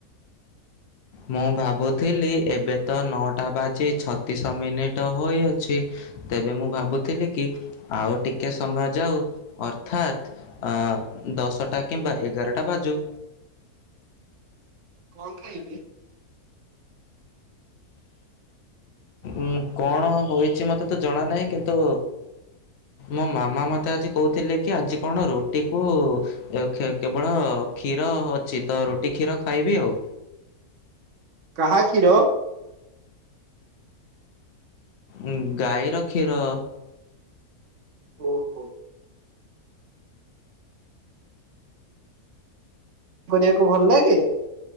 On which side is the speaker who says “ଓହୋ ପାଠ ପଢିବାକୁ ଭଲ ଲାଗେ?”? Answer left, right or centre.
Right